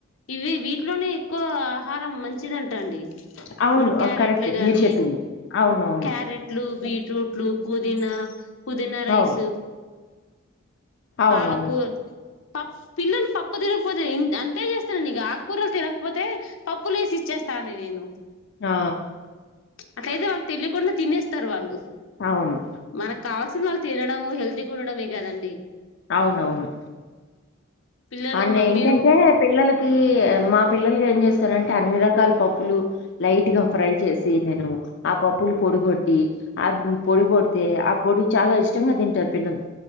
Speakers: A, on the left; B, on the left.
A: ఇవ్వి వీటిలోనే ఎక్కువ ఆహారం మంచిదంటండి
B: అవును
A: ఇపుడు క్యారెట్లుగాని
B: కరెక్టే మీరు చెప్పింది అవునవును
A: క్యారెట్లు బీట్ రూట్లు పుదీనా పుదీనా రైస్
B: అవును అవునవును
A: పాలకుర్ పప్ పిల్లలు పప్పు తినకపోతే ఏం అంతే చేస్తానండిగా ఆకుకూరలు తినకపోతే పప్పులేసి ఇచ్చేస్ స్తా అండి నేను
B: ఆ
A: అట్లయితే వాళ్ళక్ తెలియకుండా తినేస్తారు వాళ్ళు
B: అవును
A: మనక్ కావాల్సింది వాళ్ళు తినడం హెల్త్ ల్తిగుండడమే గదండి
B: అవునవును
A: పిల్లలు
B: అన్ని
A: మమ్మీ
B: ఏంటంటే పిల్లలకి మా పిల్లల్ ఏం చేస్తారంటే అన్ని రకాల్ పప్పులు లైట్ గా ఫ్రై చేసి నేను ఆ పప్పులు పొడి గోట్ టి ఆప్ పొడి గోడితే ఆ పొడి చాలా ఇష్టంగా తింటార్ పిల్లలు